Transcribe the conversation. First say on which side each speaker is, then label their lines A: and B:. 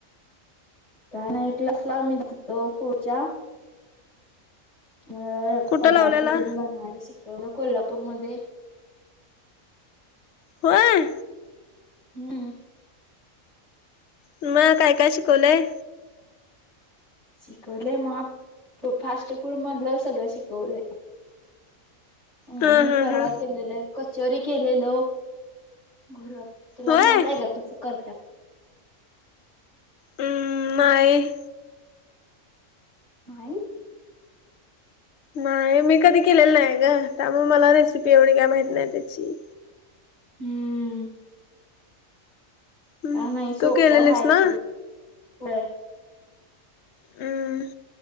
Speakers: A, on the left; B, on the left.
A: काय नाही क्लासं लावून <unintelligible> फूड च्या. मगं
B: कुठं
A: पदार्थ
B: लावलेला
A: ते बनवायला शिकवता- कोल्हापूरमध्ये.
B: होय..
A: हम्.
B: मगं काय काय शिकवलंय?
A: शिकवले मग.. फास्ट फूड मधलं सगळं शिकवले. <inaudible> ह्म्म्म..
B: ह
A: मी
B: ह
A: परवा
B: ह
A: केलेलो... कचोरी केलेलो घरात. तुला
B: होय
A: माहित आहे का... कस करतेत.
B: हम्... नाही.
A: नाहीई...
B: नाही मी कधी केलेलं नाही ग... त्यामुळे मला रेसिपी एवढी काय माहती नाही त्याची.
A: हम्म..
B: हम्म
A: काय नाही सोपं
B: तू केलेलीस
A: हाय
B: ना
A: ते... बरं.
B: हम्म...